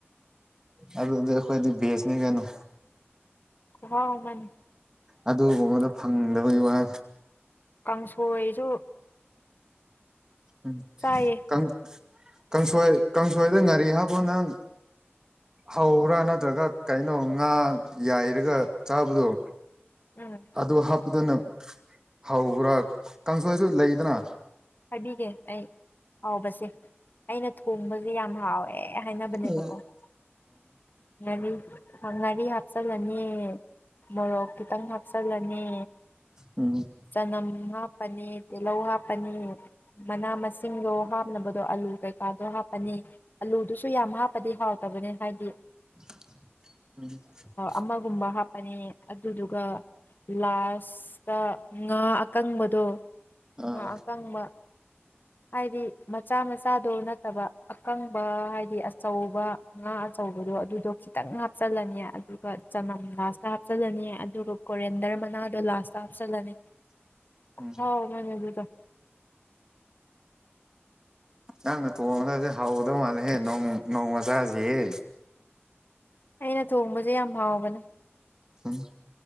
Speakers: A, on the right; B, on the left.
A: ꯑꯗꯨꯗꯤ ꯑꯩꯈꯣꯏꯗꯤ ꯕꯦꯖꯅꯤ ꯀꯩꯅꯣ
B: ꯈꯨꯍꯥꯎ ꯑꯃꯥꯅꯤ
A: ꯑꯗꯨꯒꯨꯝꯕꯗꯣ ꯐꯪꯗꯕꯒꯤ ꯋꯥ
B: ꯀꯥꯡꯁꯣꯏꯁꯨ
A: ꯎꯝ
B: ꯆꯥꯏꯌꯦ
A: ꯀꯪ ꯀꯥꯡꯁꯣꯏ ꯀꯥꯡꯁꯣꯏꯗ ꯉꯥꯔꯤ ꯍꯥꯞꯕꯣ ꯅꯪ ꯍꯧꯕ꯭ꯔꯥ ꯅꯠꯇ꯭ꯔꯒ ꯀꯩꯅꯣ ꯉꯥ ꯌꯥꯏꯔꯒ ꯆꯥꯕꯗꯣ
B: ꯎꯝ
A: ꯑꯗꯨ ꯍꯥꯞꯄꯗꯨꯅ ꯍꯧꯕ꯭ꯔꯥ ꯀꯥꯡꯁꯣꯏꯁꯨ ꯂꯩꯗꯅ
B: ꯍꯥꯏꯕꯤꯒꯦ ꯑꯩ ꯍꯥꯎꯕꯁꯦ ꯑꯩꯅ ꯊꯣꯡꯕꯖꯦ ꯌꯥꯝ ꯍꯥꯎ ꯋꯦ ꯍꯥꯏꯅꯕꯅꯦꯕꯀꯣ
A: ꯑ
B: ꯪ ꯉꯔꯤ ꯍꯪ ꯉꯔꯤ ꯍꯥꯞꯆꯜꯂꯅꯤ ꯃꯣꯔꯣꯛ ꯈꯤꯇꯪ ꯍꯥꯞꯆꯤꯜꯂꯅꯤ
A: ꯎꯝ
B: ꯆꯅꯝ ꯍꯥꯞꯄꯅꯤ ꯇꯤꯜꯍꯧ ꯍꯥꯞꯄꯅꯤ ꯃꯅꯥ ꯃꯁꯤꯡꯗꯣ ꯍꯥꯞ ꯅꯕꯗꯣ ꯑꯥꯂꯨ ꯀꯩꯀꯥꯗꯣ ꯂꯣꯏ ꯍꯥꯞꯄꯅꯤ ꯑꯂꯨꯗꯨꯁꯨ ꯌꯥꯝ ꯍꯥꯞꯄꯗꯤ ꯍꯥꯎꯇꯕꯅꯦ ꯍꯥꯏꯗꯤ
A: <inaudible>
B: ꯑꯃꯥꯒꯨꯝꯕ ꯍꯥꯞꯄꯅꯦ ꯑꯗꯨꯗꯨꯒ ꯂꯥꯁꯇ ꯉꯥ ꯑꯀꯪꯕꯗꯣ
A: ꯑꯥ
B: ꯉꯥ ꯑꯀꯪꯕ ꯍꯥꯏꯗꯤ ꯃꯆꯥ ꯃꯆꯥꯗꯣ ꯅꯠꯇꯕ ꯑꯀꯪꯕ ꯍꯥꯏꯗꯤ ꯑꯆꯧꯕ ꯉꯥ ꯑꯆꯧꯕꯗꯣ ꯑꯗꯨꯗꯣ ꯈꯤꯇꯪ ꯍꯥꯞꯆꯜꯂꯅꯤ ꯑꯗꯨꯒ ꯆꯅꯝ ꯂꯥꯁꯇ ꯍꯥꯞꯆꯜꯂꯅꯤ ꯑꯗꯨꯒ ꯀꯣꯔꯦꯟꯗꯔ ꯃꯅꯥꯗꯣ ꯂꯥꯁꯇ ꯍꯥꯞꯆꯜꯂꯅꯤ
A: <inaudible> ꯎꯝ
B: ꯍꯧ ꯃꯥꯅꯦ ꯑꯗꯨꯗꯣ
A: ꯅꯪꯅ ꯇꯣꯡꯉꯒꯖꯦ ꯍꯥꯎꯒꯗꯧ ꯃꯥꯜꯂꯦꯍꯦ ꯅꯣꯡ-ꯅꯣꯡꯃ ꯆꯥꯖꯤꯌꯦ
B: ꯑꯩꯅ ꯊꯣꯡꯕꯖꯦ ꯌꯥꯝ ꯍꯥꯎꯕꯅꯦ
A: ꯎꯝ